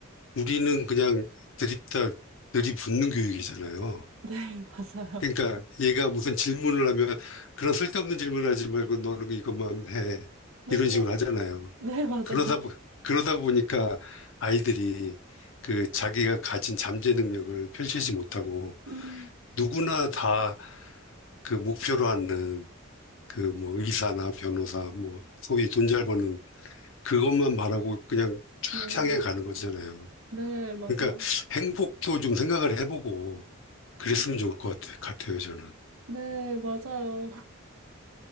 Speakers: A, on the left; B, on the right.
A: 우리는 그냥 들이다, 들이붓는 교육이잖아요.
B: 네, <laughs> 맞아요.
A: 그러니까 얘가 무슨 질문을 하면, 그런 쓸데없는 질문을 하지 말고 너는 이것만 해.
B: 네,
A: 이런 식으로 하잖아요.
B: 네, 맞아요.
A: 그러다, 보- 그러다 보니까 아이들이 그 자기가 가진 잠재 능력을 펼치지 못하고
B: 음,
A: 누구나 다 그 목표로 하는 그 뭐 의사나 변호사 뭐 소위 돈 잘 버는 그것만 말하고 그냥 쫙
B: 네,
A: 향해 가는 거잖아요.
B: 네, 맞아요.
A: 그러니까 행복도 좀 생각을 해보고 그랬으면
B: 음,
A: 좋을 것 같, 같아요, 저는.
B: 네, 맞아요. <laughs>